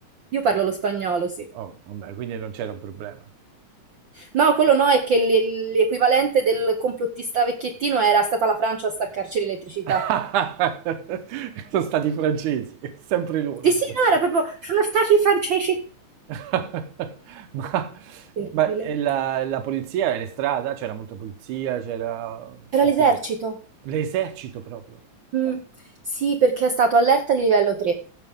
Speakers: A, on the right (about 65°); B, on the right (about 85°).
A: Io parlo lo spagnolo, sì.
B: Oh, vabbè, quindi non c'era un problema.
A: No, quello no, è che l- l'equivalente del complottista vecchiettino era stata la Francia a staccarci l'elettricità.
B: <laughs> Sono stati i francesi, sempre loro
A: Sì,
B: sono.
A: sì, no, era proprio, sono stati i francesi.
B: <laughs> Ma,
A: Terribile.
B: ma e la, la polizia era in strada? C'era molta polizia? C'era... Oppure...
A: Era l'esercito.
B: L'esercito proprio?
A: Mm, Sì, perché è stato allerta di livello 3.